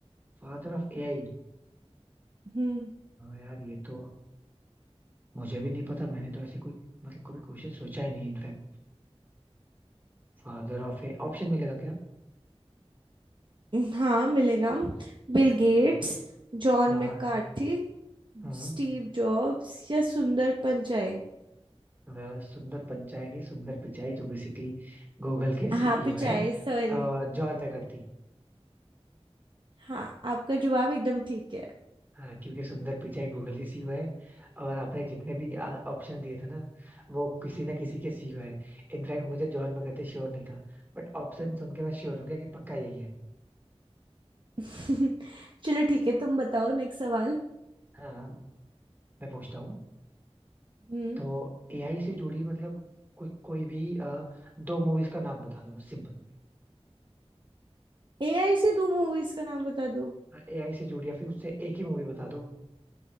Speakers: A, on the right; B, on the right.
A: Father of AI
B: हम्म
A: यार ये तो मुझे भी नहीं पता मैंने तो ऐसे कोई मतलब कभी क्वेश्चन सोचा ही नहीं in fact Father of A option मिलेगा क्या
B: हाँ मिलेगा Bill
A: बताओ
B: Gates John
A: हाँ
B: McCarthy
A: हम्म
B: Steve Jobs या सुंदर पिचाई
A: अ, सुंदर पिचाई नहीं सुंदर पिचाई जो बेसिकली गूगल के
B: हाँ
A: सीईओ
B: पिचाई
A: है
B: सॉरी
A: John McCarthy
B: हाँ आपका जवाब एकदम ठीक है
A: हाँ क्योंकि सुंदर पिचाई गूगल की सीईओ है और आपने जितने भी ऑप्शन दिए थे ना वो किसी ना किसी के सीईओ है इनफैक्ट मुझे जॉन बगैर श्योर नहीं था बट ऑप्शन सुन के मैं श्योर हो गया कि पक्का यही है
B: <laughs> चलो ठीक है तुम बताओ नेक्स्ट सवाल
A: हाँ मैं पूछता हूँ
B: हम्म
A: तो एआई से जुड़ी मतलब कोई कोई भी अ, दो मूवीज का नाम बता दो बस सिंपल
B: एआई से दो मूवीज का नाम बता दो
A: एआई से जुड़ी या फिर उससे एक ही मूवी बता दो